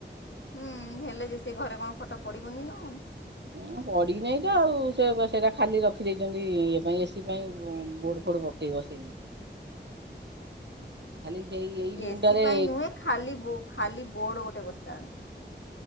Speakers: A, on the left; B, on the right.
A: ହୁଁ ହେଲେ ଯେ ସେ ଘରେ କଣ ଖଟ ପଡିବନି ନା କଣ?
B: ଉଁ ପଡିନେଇ ତ ଆଉ ସେ ସେଇଟା ଖାଲି ରଖିଦେଇଚନ୍ତି ଇଏ ପାଇଁ ଏସି ପାଇଁ ଉଁ ବୋଡ ଫୋଡ ବ ନି ବସିନି ଖାଲି ସେଇ ଏଇ
A: ଏ
B: ଜୁନ୍
A: ସି
B: ଟାରେ
A: ପାଇଁ ନୁହେଁ ଖାଲି ଖାଲି ବୋର୍ଡ଼ ଗୋଟେ ବସ୍ତାଥାନ୍ତା।